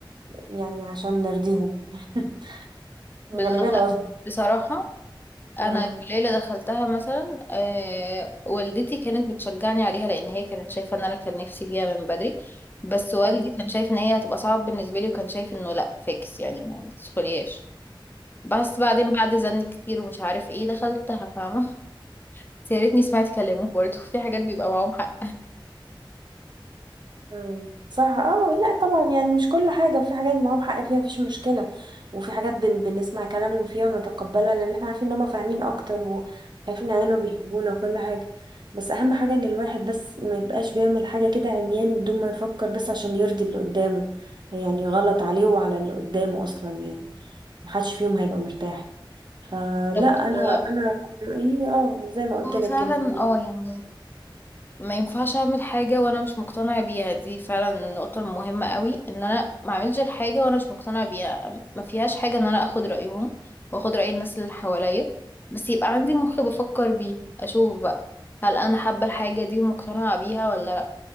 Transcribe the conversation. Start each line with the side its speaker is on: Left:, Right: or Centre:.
Right: يعني عشان نرضيهم <laughs> الغالبية
Left: بالظبط
Right: العظمى
Left: لا بصراحة انا
Right: اه
Left: الكلية اللي دخلتها مثلا آه، والدتي كانت بتشجعني عليها لان هي كانت شايفة ان انا كان نفسي فيها من بدري بس والدي
Right: حلو
Left: كان شايف ان هي هتبقى صعب بالنسبة لي وكان شايف انه لا فيكس يعني ما ما تدخليهاش بس بعدين بعد زن كتير ومش عارف ايه دخلتها فاهمة بس يا ريتني سمعت كلامه برضه <laughs> في حاجات بيبقى معاهم حق
Right: مم. صح اه لا طبعا يعني مش كل حاجة في حاجات معاهم حق فيها مفيش مشكلة وفي حاجات بن بنسمع كلامهم فيها ونتقبلها لأن احنا عارفين ان هما فاهمين أكتر وعارفين يعني انهم بيحبونا وكل حاجة بس أهم حاجة ان الواحد بس ما يبقاش بيعمل حاجة كده عمياني بدون ما يفكر بس عشان يرضي اللي قدامه يعني غلط عليه وعلى اللي قدامه أصلا يعني محدش فيهم هيبقى مرتاح فلا
Left: بالظبط،
Right: أنا
Left: هو
Right: أنا رأيي اه زي ما قلت
Left: هو
Right: لك
Left: فعلا
Right: ال-
Left: اه يعني ما ينفعش اعمل حاجة وانا مش مقتنع بيها دي فعلا النقطة المهمة قوي ان انا ما اعملش الحاجة وانا مش مقتنع بيها ما فيهاش حاجة ان انا اخد رأيهم واخد رأي الناس اللي حواليا بس يبقى عندي مخ بفكر بيه اشوف بقى هل انا حابة الحاجة دي ومقتنعة بيها ولا لا